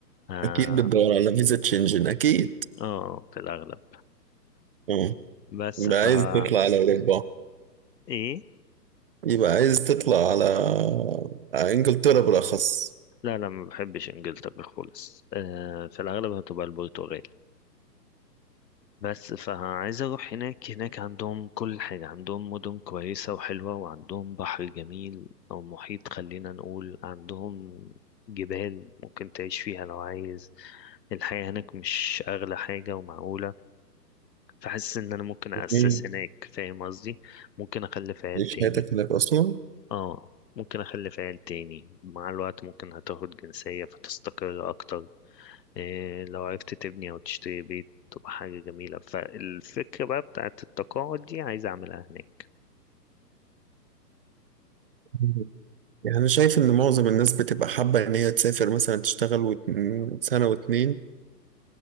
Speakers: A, on the left; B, on the right.
A: اه
B: أكيد بتدور على فيزا شنجن أكيد
A: آه، في الاغلب
B: مم.
A: بس
B: يبقى
A: فها
B: عايز تطلع على أوروبا
A: ايه
B: يبقى عايز تطلع على على إنجلترا بالأخص
A: لا لا ما بحبش انجلترا خالص آه في الاغلب هتبقى البرتغال بس فعايز اروح هناك هناك عندهم كل حاجة عندهم مدن كويسة وحلوة وعندهم بحر جميل او محيط خلينا نقول عندهم جبال ممكن تعيش فيها لو عايز الحياة هناك مش اغلى حاجة ومعقولة فحاسس ان انا ممكن اسس
B: جميل
A: هناك فاهم قصدي ممكن اخلف عيال
B: تعيش
A: تاني
B: حياتك هناك أصلا
A: اه ممكن اخلف عيال تاني مع الوقت ممكن هتاخد جنسية فتستقر اكتر إيه لو عرفت تبني أو تشتري بيت تبقى حاجة جميلة فالفكرة بقى بتاعت التقاعد دي عايز أعملها هناك
B: مم. يعني أنا شايف إن معظم الناس بتبقى حابة إن هي تسافر مثلا تشتغل وت- سنة واتنين